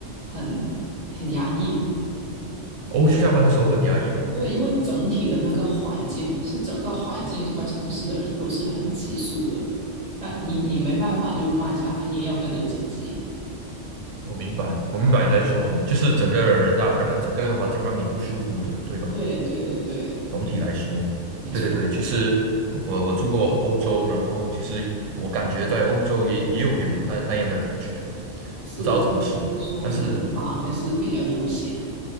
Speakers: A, on the right (about 30°); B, on the right (about 85°).
A: 很很压抑，
B: 哦，下班的时候会很压抑吗？
A: 对，因为整体的那个环境是整个环境整个城市的人都是很急速的，但你你没办法就慢下来，你也要跟着一起急。
B: 我明白，我明白你在说什么，
A: 啊，
B: 就是整个人让让整个环境让你不舒服的，对吧？
A: 对对对对，
B: 总体来说，
A: 没错，
B: 对对对，其实我我住过欧洲，然后其实我感觉在欧洲也也有给我那那样的感觉，
A: 是你是说很忙还是比较悠闲？
B: 不知道怎么说，但是